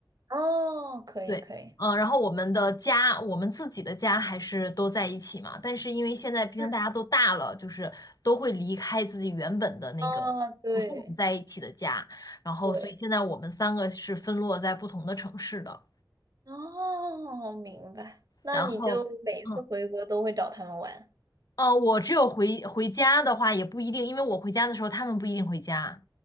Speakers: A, on the right; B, on the left.
A: 哦，可以可以。
B: 对，嗯、然后我们的家，我们自己的家还是都在一起嘛，但是因为现在毕竟大家都大了，
A: 嗯，
B: 就是都会离开自己原本的那个。
A: 啊，对
B: 和父母在一起的家，然后所以现在我们三个是分落在不同的城市的，
A: 对。哦，明白。那你就每一次回国都会找他们玩。
B: 然后。嗯，呃，我只有回回家的话也不一定，因为我回家的时候他们不一定回家，